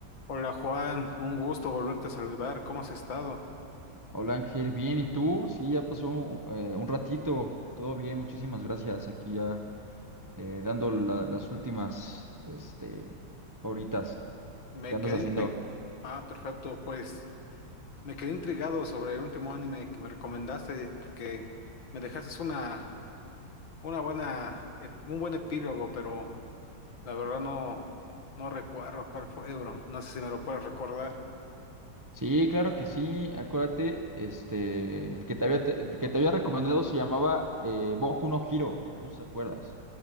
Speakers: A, on the left; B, on the right.
A: Hola Juan, un gusto volverte a saludar. ¿Cómo has estado?
B: Hola Ángel, bien, ¿y tú? Sí, ya pasó eh, un ratito, todo bien, muchísimas gracias. Aquí ya eh, dando la- las últimas, este, horitas.
A: Me
B: ¿Qué andas
A: quedé
B: haciendo?
A: intrigado. Ah, perfecto. Pues me quedé intrigado sobre el último anime que me recomendaste porque me dejaste una, una buena, ep- un buen epílogo, pero la verdad no, no recuerdo cuál fue, bro. No sé si me lo puedes recordar.
B: Sí, claro que sí, acuérdate, este, el que te había, el que te había recomendado se llamaba eh, Boku no Hero, no sé si te acuerdas,